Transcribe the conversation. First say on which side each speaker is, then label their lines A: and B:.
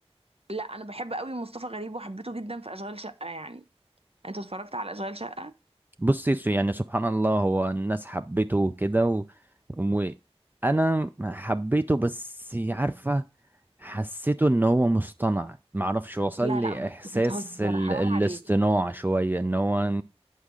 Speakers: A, on the right; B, on the right.
A: لا انا بحب قوي مصطفى غريب وحبيته جدا في اشغال شقه يعني انت اتفرجت على اشغال شقه
B: بصي سو- يعني سبحان الله هو الناس حبيته وكده و... وانا حبيته بس عارفه حسيته ان هو مصطنع معرفش وصل
A: لا
B: لي
A: لا ب-
B: احساس
A: بتهزر
B: ال...
A: حرام
B: الاصطناع
A: عليك
B: شويه ان هو